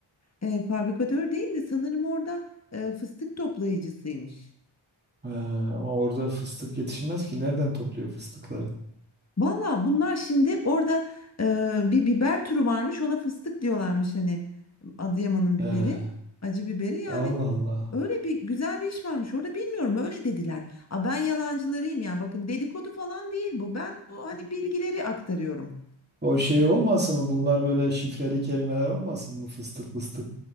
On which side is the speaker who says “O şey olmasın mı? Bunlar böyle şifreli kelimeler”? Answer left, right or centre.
Right